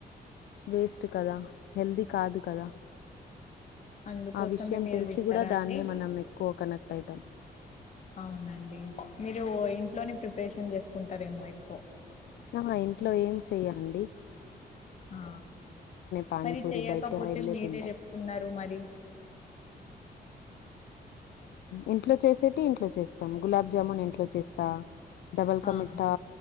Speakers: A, on the left; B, on the left.
A: వేస్ట్ కదా హెల్ది కాదు కదా
B: అందుకోసమే
A: ఆ విషయం
B: మీరు
A: తెలిసి
B: తింటారా
A: కూడా దాన్నే
B: అండి
A: మనం ఎక్కువ కనెక్ట్ అయితాం
B: అవునండి మీరు ఇంట్లోనే ప్రిపరేషన్ చేసుకుంటారేమో ఎక్కువ్
A: ఆ మా ఇంట్లో ఏం చెయ్యాండి
B: ఆ
A: పానీపూరి
B: మరి చేయకపోతే
A: బయట వెళ్ళే
B: మీరే
A: తింటా
B: జేప్తున్నరు మరి
A: ఇంట్లో చేసేటి ఇంట్లో చేస్తాం గులాబ్ జామున్ ఇంట్లో చేస్తా డబల్కా
B: ఆహా
A: మిఠ్ఠా‌